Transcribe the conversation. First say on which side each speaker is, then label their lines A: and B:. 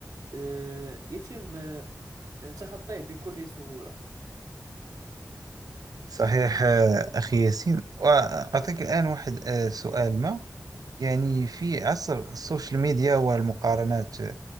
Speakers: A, on the right; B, on the right.
A: آه، يتم آه، تخطيه بكل سهولة
B: صحيح آه، أخي ياسين وأعطيك الآن واحد آه، سؤال ما يعني في عصر السوشيال ميديا والمقارنات آه،